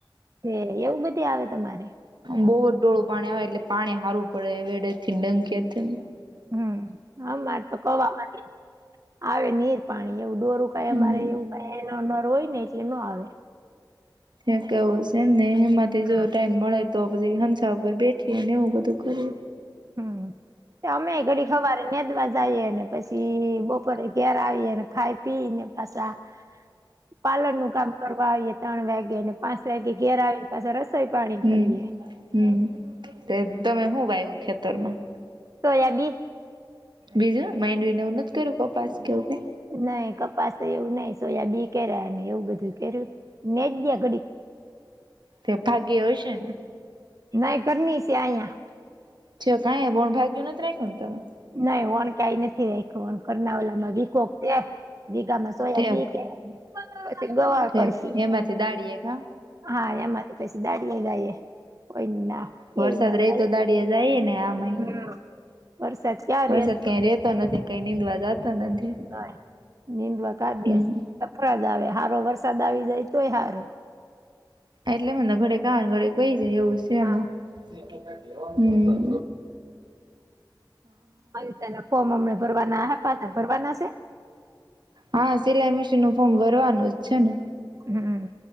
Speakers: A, on the right; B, on the right.
A: હ એવું બધી આવે તમારે.
B: બહુ જ ડોળું પાણી આવે એટલે પાણી હારવું પડે વેડે થી ડંકી.
A: હમ આરે તો કવામાંથી આવે નીર. પાણી એવું દોરું ક
B: હમ
A: મારે એવું ક ર હોય ને એટલે ન આવે.
B: ત કેવું છે એમ નહ એમાંથી
A: હમ
B: જોવ ટાઈમ મળે. તો હનસા ઉપર બેઠી એ ને બધું કરી.
A: હમ અમે ઘડી ખવાર ને દ્વાર જઈએ ને પછી હિ બપોરે ઘેર આવીએ ને ખાઈ પી ને પાછા હ પાલરનું કામ કરવા આવીએ ત્રણ વાગે ને પાંચ વાગે ઘેર આવીને પાછ રસોઈ પાણી
B: હમ
A: કરીયે.
B: હમ તમે શું વાયું ખેતરમાં
A: સોયાબીન
B: બીજું માઇન્ડને એ નથી કરું ક પાસ કેવું ક-
A: નહી કપાસ તો એવું નહી સોયા બી કે્યા ને એવું બધું કે્યું ને જ
B: તે ભાગી હશે
A: નાહી કરની સ આહીયા
B: છ કં બોણ ભાગ્યયોનત નહી કોતામાં
A: નઈ વણ કઈ નથી ર વ કર્નાવાલામાં વીખો વીગામાં સોયા
B: ઠેક
A: બી કે પછી ગવાર
B: ઠેક
A: કરશે
B: એમાંથી દાડીએ કા
A: હા એમાં પછી દાડી જાય કોઈ ના કે
B: વરસાદ
A: ના
B: રહી
A: લ
B: તો દાડીએ જઈએ ને આમાંય
A: હમ વરસાદ ક્યા રેસ
B: વરસાદ
A: પણ
B: કઈ રેતો નથી કઈ નીંદવા જાતો નથી
A: <unintelligible> નીંદણ કાર દેશ.
B: હમ
A: સફળ જ આવે સારો વરસાદ આવી જાય તોય સારું
B: એટલે મને ઘરે કા ઘરે કોઈ જાય એવું છે
A: હા
B: એમાં <unintelligible> હમ્મ.
A: હવે તના ફોર્મ હમ ભરવાના આપા હતા ભરવાના છે
B: હા સિલાઈ મશીન નું ફોર્મ ભરવાનું જ છે ને
A: હમ